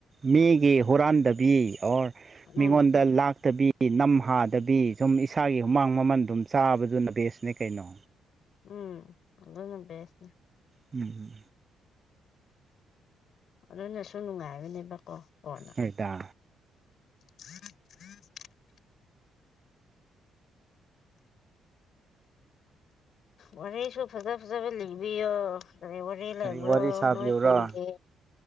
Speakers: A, on the right; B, on the left.
A: ꯃꯤꯒꯤ ꯍꯨꯔꯥꯟꯗꯕꯤ ꯑꯣꯔ ꯃꯤꯉꯣꯟꯗ
B: ꯎꯝ
A: ꯂꯥꯛꯇꯕꯤ ꯅꯝ ꯍꯥꯗꯕꯤ ꯁꯨꯝ ꯏꯁꯥꯒꯤ ꯍꯨꯃꯥꯡ ꯃꯃꯟ ꯑꯗꯨꯝ ꯆꯥꯕꯗꯨꯅ ꯕꯦꯁꯅꯦ ꯀꯩꯅꯣ
B: ꯎꯝ ꯑꯗꯨꯅꯦ ꯍꯥꯏꯁꯦ
A: ꯎꯝ
B: ꯑꯗꯨꯅꯁꯨ ꯅꯨꯡꯉꯥꯏꯕꯅꯦꯕꯀꯣ ꯀꯣꯟꯅ
A: ꯍꯣꯏꯗ
B: <unintelligible> ꯋꯥꯔꯩꯁꯨ ꯐꯖ ꯐꯖꯕ ꯂꯤꯡꯕꯤꯌꯣ ꯑꯩ ꯋꯥꯔꯤ ꯂꯩꯕ꯭ꯔꯣ
A: ꯀꯔꯤ ꯋꯥꯔꯤ ꯁꯥꯕꯤꯌꯨꯔꯣ
B: ꯅꯣꯏ ꯈꯨꯟꯒꯤ